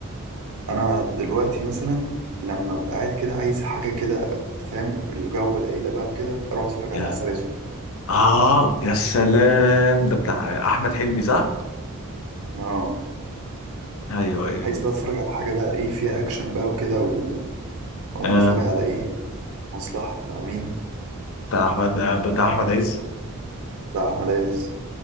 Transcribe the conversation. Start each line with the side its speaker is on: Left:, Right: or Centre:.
Right: انا دلوقتي مثلا لما ابقى قاعد كده عايز حاجه كده فاهم الجو العيله بقى وكده اروح اتفرج
Left: يا
Right: على عسل اسود
Left: اه يا سلام ده بتاع احمد حلمي صح
Right: اه
Left: ايوه ايوه
Right: عايز بقى اتفرج على حاجه بقى ايه فيها اكشن بقى وكده و- واقوم
Left: آه.
Right: اتفرج على ايه المصلحه بتاع مين
Left: بتاع احمد آه، بتاع
Right: بتاع
Left: احمد
Right: أحمد-
Left: عز
Right: بتاع احمد عز